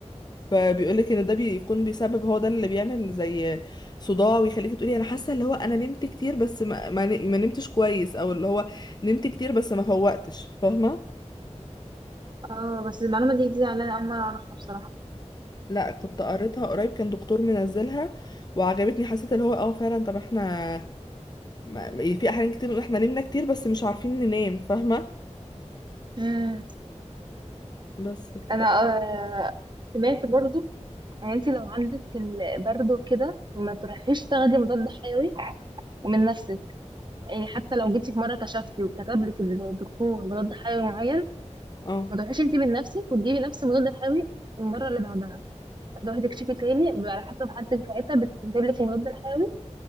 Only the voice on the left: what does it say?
فبيقولك ان ده بيكون بيسبب هو ده اللي بيعمل زي صداع ويخليكي تقولي انا حاسه اللي هو انا نمت كتير بس ما, ما, ن- ما نمتش كويس او اللي هو نمت كتير بس ما فوقتش فاهمه
لا كنت قريتها قريب كان دكتور منزلها وعجبتني حسيت اللي هو اه فعلا طب احنا ما ما- في احيان كتير نقول احنا نمنا كتير بس مش عارفين ننام فاهمه
بس ف...
اه